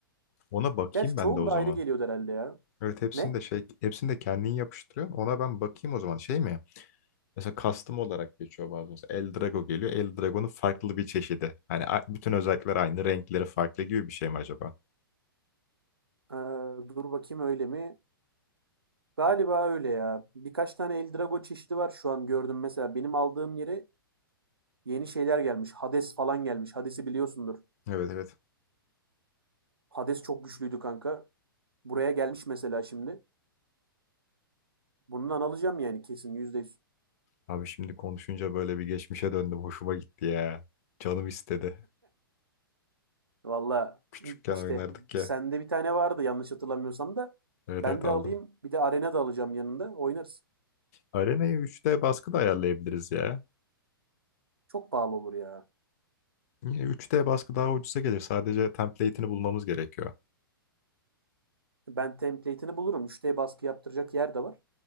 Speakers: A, on the left; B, on the right.
A: Ona bakayım
B: Gerçi çoğun
A: ben de o
B: da
A: zaman.
B: ayrı geliyordu herhâlde ya.
A: Evet hepsini
B: Ne?
A: de şey hepsini de kendin yapıştırıyorsun. Ona ben bakayım o zaman. Şey mi? Mesela custom olarak geçiyor bazen. Mesela El Drago geliyor. El Drago'nun farklı bir çeşidi. Hani a- bütün özellikleri aynı, renkleri farklı gibi bir şey mi acaba?
B: Eee, dur bakayım öyle mi? Galiba öyle ya. Birkaç tane Eldrago çeşidi var şu an gördüm mesela. Benim aldığım yere yeni şeyler gelmiş. Hades falan gelmiş. Hades'i biliyorsundur.
A: Evet evet.
B: Hades çok güçlüydü kanka. Buraya gelmiş mesela şimdi. Bundan alacağım yani kesin %100.
A: Abi şimdi konuşunca böyle bir geçmişe döndüm. Hoşuma gitti ya. Canım istedi.
B: Valla
A: Küçükken
B: işte
A: oynardık ya.
B: sende bir tane vardı yanlış hatırlamıyorsam da.
A: Evet
B: Ben
A: evet
B: de
A: aldım.
B: alayım. Bir de arena da alacağım yanında. Oynarız.
A: Arena'yı üç d baskı da ayarlayabiliriz ya.
B: Çok pahalı olur ya.
A: Yine 3D baskı daha ucuza gelir. Sadece template'ini bulmamız gerekiyor.
B: Ben template'ini bulurum. Müşteri baskı yaptıracak yer de var.